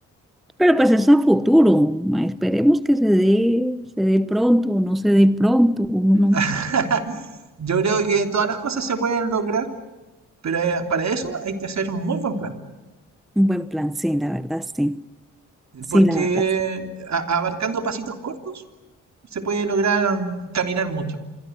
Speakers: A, in the centre; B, on the right.
A: Pero pues es a futuro. ma, Esperemos que se dé, se dé pronto o no se dé pronto. Uno no-
B: <laughs> Yo creo que todas las cosas se pueden lograr, pero eh, para eso hay que hacer un muy buen plan.
A: un buen plan, sí, la verdad, sí. Sí,
B: Porque
A: la verdad, sí.
B: a- abarcando pasitos cortos se puede lograr caminar mucho.